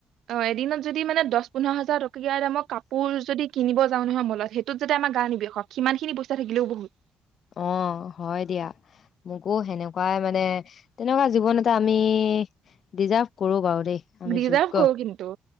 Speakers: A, on the right; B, on the left.
A: অ এদিনত যদি মানে দহ পোন্ধৰ হাজাৰ টকীয়া দামৰ কাপোৰ যদি। কিনিব যাওঁ নহয় মলত সেইটোত যাতে আমাৰ গা নিবিশক সিমানখিনি পইচা থাকিলেও বহুত।
B: অ হয় দিয়া। মোকো সেনেকুৱাই মানে তেনেকুৱা জীৱন এটা আমি ডিজাৰ্ভ কৰো বাৰু দেই। আমি
A: ডিজাৰ্ভ
B: যোগ্য
A: কৰো কিন্তু